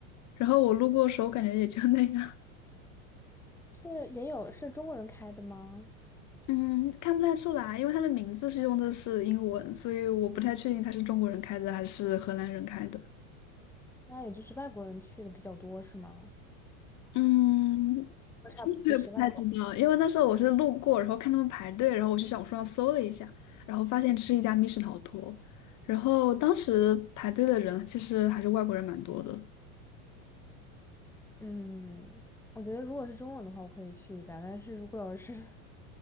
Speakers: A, on the left; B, in the centre.
A: 然后我路过的时候感觉也就那样。
B: 是也有是中国人开的吗？
A: 嗯，看不太出来，因为他的名字是用的是英文，所以我不太确定他是中国人开的还是荷兰人开的。
B: 那也就是外国人去的比较多，是吗？
A: 嗯，
B: 我差不多都是外国
A: 其实我也不太知道，因为那时候我是路过，然后看他们排队，然后我去小红书上搜了一下，然后发现这是一家密室逃脱，然后当时排队的人其实还是外国人蛮多的
B: 人嗯，我觉得如果是中文的话，我可以去一下。但是如果要是，<laughs>